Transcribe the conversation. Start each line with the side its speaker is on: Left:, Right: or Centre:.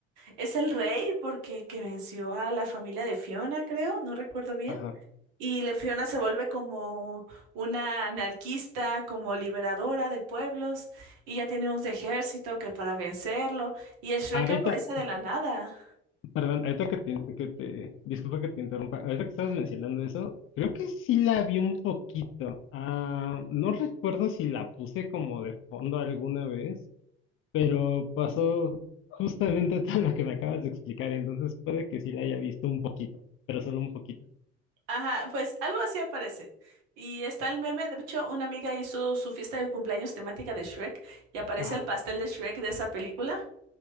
Right: Es el rey porque que venció a la familia de Fiona, creo, no recuerdo bien.
Left: ajá.
Right: Y le- Fiona se vuelve como una anarquista, como liberadora de pueblos, y ya tiene un ejército que para vencerlo, y Shrek
Left: Ahorita,
Right: aparece de la nada.
Left: Perdón, ahorita que te, que te- disculpa que te interrumpa, ahorita que estabas mencionando eso, creo que sí la vi un poquito. Ah, no recuerdo si la puse como de fondo alguna vez, pero pasó justamente <laughs> todo lo que me acabas de explicar, entonces puede que sí la haya visto un poquito, pero solo un poquito.
Right: Ajá, pues algo así aparece. Y está el meme, de hecho, una amiga hizo su fiesta de cumpleaños temática de Shrek y aparece
Left: Ah,
Right: el pastel de Shrek de esa película.